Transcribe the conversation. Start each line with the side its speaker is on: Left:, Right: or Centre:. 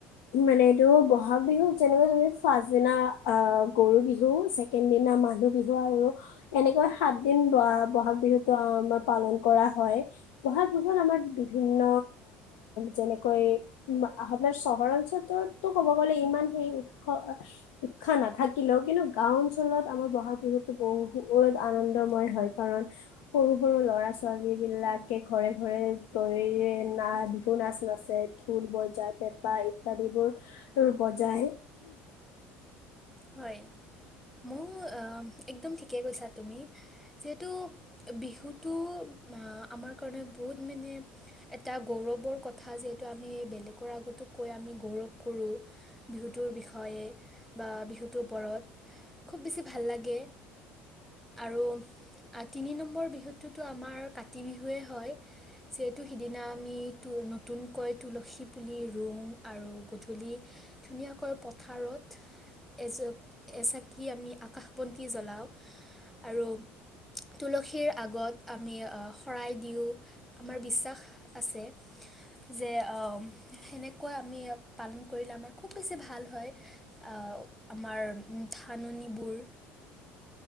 Left: মানে এইটো বহাগ বিহুত যেনেকৈ তুমি ফাৰ্ষ্ট দিনা আহ গৰু বিহু ছেকেণ্ড দিনা মানুহ বিহু আৰু এনেকৈ সাত দিন বহাগ বিহুতটো আমাৰ পালন কৰা হয়। বহাগ বিহুত আমাৰ বিভিন্ন যেনেকৈ আপোনাৰ চহৰ অঞ্চলতো ক'ব গলে ইমান সেই উৎস উৎসাহ নাথাকিলেও, কিন্তু গাও অঞ্চলত আমাৰ বহাগ বিহুতটো বহুত আনন্দময় হয় কাৰণ- সৰু সৰু ল'ৰা ছ ছোৱালীবিলাকে ঘৰে ঘৰে গৈ না বিহু নাচ নাচে। ঢোল বজাই পেঁপা ইত্যাদিবোৰ বজ যায়।
Centre: হয় ময়ো একদম ঠিকেই কৈছা তুমি যিহেতু বিহুটো আমাৰ কাৰণে বহুত মানে এটা গৌৰৱৰ কথা যিহেতু আমি বেলেগৰ আগতো কৈ আমি গৌৰৱ কৰোঁ, বিহুটোৰ বিষয়ে বা বিহুটোৰ ওপৰত খুব বেছি ভাল লাগে, আৰু তিনি নম্বৰ বিহুটোতো আমাৰ কাতি বিহুৱেই হয়, যিহেতু সিদিনা আমি নতুনকৈ তুলসী পুলি ৰুও আৰু গধূলি ধুনীয়াকৈ পথাৰত এজ এচাকি আমি আকাশ বন্তি জ্বলাওঁ আৰু তুলসীৰ আগত আমি শৰাই দিওঁ আমাৰ বিশ্বাস আছে যে সেনেকুৱা আমি পালন কৰিলে আমাৰ খুব বেছি ভাল হয় আহ আমাৰ ধাননিবোৰ।